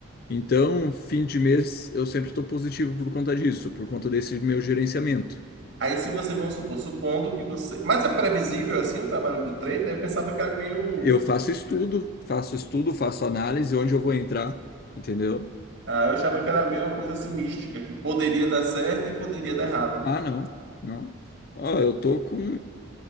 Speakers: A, on the left; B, on the right.
A: Então, fim de mês eu sempre estou positivo por conta disso, por conta desse meu gerenciamento.
B: Aí, se você, vamos supor, supondo que você. Mas é previsível, assim, o trabalho de trader? Eu pensava que era meio.
A: Eu faço estudo, faço estudo, faço análise onde eu vou entrar, entendeu?
B: ah, eu achava que era meio uma coisa assim mística, que poderia dar certo e poderia dar errado.
A: Ah, não, não. Ó, eu tô com,